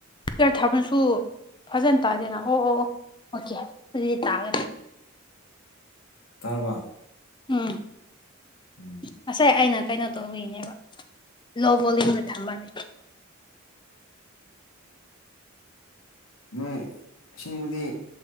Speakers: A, on the left (about 25°); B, on the left (about 85°).
A: ꯁ꯭ꯄꯤꯀꯔ ꯊꯝꯔꯁꯨ ꯐꯖꯟ ꯇꯥꯗꯦꯅ ꯑꯣ ꯑꯣ ꯑꯣ ꯑꯣꯀꯦ ꯑꯗꯨꯗꯤ ꯇꯥꯒꯅꯤ꯫
B: ꯇꯥꯔꯕꯥ
A: ꯎꯝ
B: ꯎꯝ
A: ꯉꯁꯥꯏ ꯑꯩꯅ ꯀꯩꯅꯣ ꯇꯧꯕꯒꯤꯅꯦꯕ ꯂꯣ ꯕꯣꯂꯌꯨꯝꯗ ꯊꯝꯕ ꯗꯨꯒꯤ
B: ꯅꯣꯏ ꯑꯁꯦꯡꯕꯗꯤ